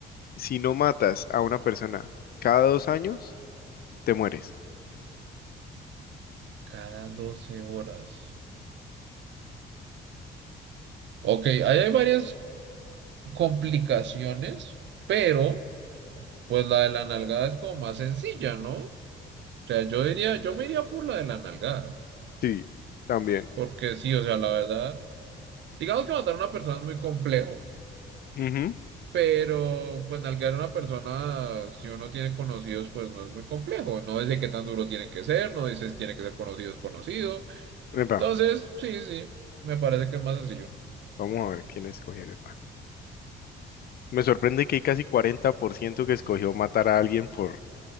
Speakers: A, on the left; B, on the right.
A: si no matas a una persona cada dos años, te mueres.
B: cada doce horas. Ok, ahí hay varias complicaciones, pero pues la de la nalgada es como más sencilla, ¿no? O sea, yo diría, yo me iría por la de la nalgada,
A: Sí, también.
B: porque sí, o sea, la verdad, digamos que matar a una persona es muy complejo,
A: Ujú.
B: pero pues nalgar a una persona, si uno tiene conocidos, pues no es muy complejo. No dice qué tan duro tiene que ser, no dice si tiene que ser conocido o desconocido.
A: Epa,
B: Entonces, sí, sí, me parece que es más sencillo.
A: vamos a ver quién escogieron más. Me sorprende que hay casi 40% que escogió matar a alguien por